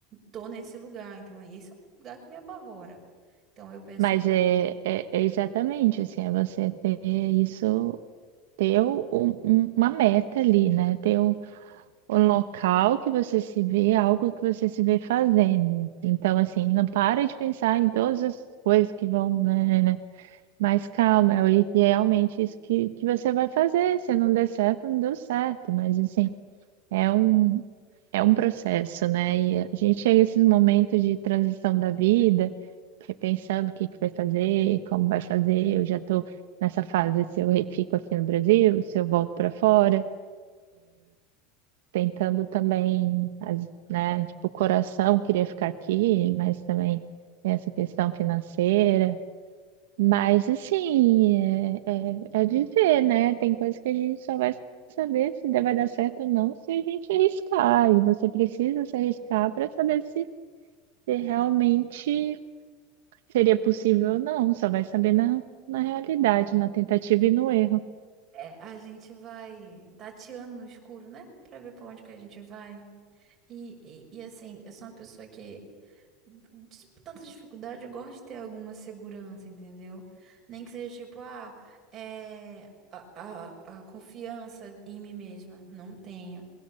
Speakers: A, on the right; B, on the right.
A: tô nesse lugar, então esse é um lugar que me apavora. Então eu penso,
B: Mas
A: eu não.
B: é, é, é exatamente assim, é você ter isso ter o- o- um- uma meta ali, né? Ter um o local que você se vê, algo que você se vê fazendo. Então, assim, não para de pensar em todas as coisas que vão, né, né, né. Mas calma, é o- realmente isso que, que você vai fazer. Se não der certo, não deu certo. Mas, assim, é um. É um processo, né? E a gente chega a esses momentos de transição da vida, repensando o que que vai fazer, como vai fazer. Eu já estou nessa fase, se eu re- fico aqui no Brasil, se eu volto para fora, tentando também, as- né? Tipo, o coração queria ficar aqui, mas também tem essa questão financeira. Mas assim, é, é, é de ver né? Tem coisa que a gente só vai saber se vai dar certo ou não se a gente arriscar. E você precisa se arriscar para saber se, se realmente seria possível ou não. Só vai saber na, na realidade, na tentativa e no erro.
A: É, a gente vai tateando no escuro, né? Pra ver pra onde que a gente vai. E, e, e, assim, eu sou uma pessoa que, de tanta dificuldade, eu gosto de ter alguma segurança, entendeu? Nem que seja tipo, ah, é. A, a, a confiança em mim mesma, não tenho.